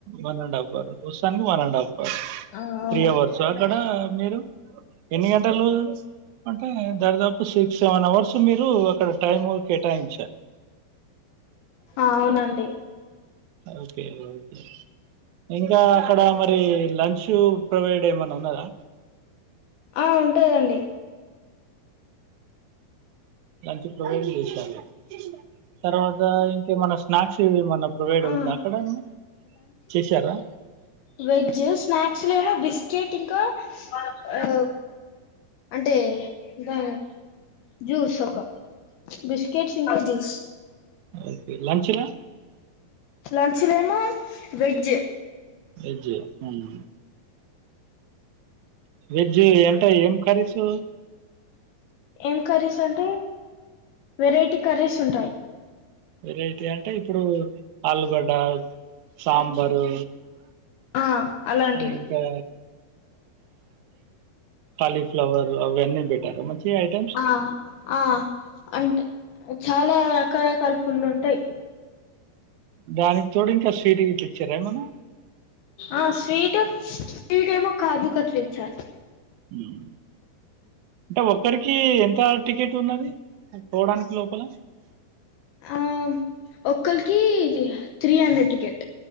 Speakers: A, on the right; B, on the left.
A: వన్ అండ్ హఫ్ అవర్ వస్తానికి వన్ అండ్ హాఫ్ అవర్
B: ఆ అవునండి
A: త్రీ అవర్. సో అక్కడా మీరు ఎన్ని గంటలూ అంటే దర్దాపు సిక్స్ సెవెన్ అవర్స్ మీరు అక్కడ టైము కేటాయించార్.
B: ఆవునండి
A: ఓకే ఓకే ఇంకా అక్కడా మరి రీ లంచూ ప్రొవైడ్ ఏమన్న ఉన్నదా.
B: ఆ ఉంటదండి
A: లంచ్ ప్రొవైడ్ చేషినారు తర్వాతా ఇం కేమన్నా స్నాక్స్ ఇవేమన్నా ప్రొవైడ్
B: ఆ
A: వుందా అక్కడా ఎమ్ చేషారా.
B: వెజ్జు స్నాక్స్ లో ఏమో బిస్కెట్ ఇంకా ఆ అంటే ఇగా జూస్ ఒకా బిస్కెట్స్ ఇంకా జూస్.
A: ఓకె లంచ్ లా
B: లంచ్ లేమో వెజ్
A: వెజ్ హ్మ్ వెజ్ ఎంటా ఏం కర్రీసూ
B: ఏం కర్రీస్ అంటే వెరైటీ కర్రీస్ ఉంటాయ్.
A: వెరైటి అంటే ఇప్పుడు ఆలుగడ్డ సాంబరుఊ
B: ఆ అలాంటివి
A: ఇంకా కాలీఫ్లవరు అవి అన్నీ పెట్టారా మంచి ఐటమ్స్
B: ఆ ఆ అంటె చాలా రకరకాల ఫుల్లు ఉంటయ్
A: దానికి తోడు ఇంక స్వీట్ గిట్ల ఇచ్చిరా ఎమన్న
B: ఆ స్వీట్ స్వీట్ ఏమో కాజు కట్ల్ ఇచ్చారు
A: మ్ అంటె ఒక్కరికి ఎంతా టికెట్ ఉన్నది అది పోడానికి లోపల
B: ఆ ఒక్కళికీ ఇది three hundred ticket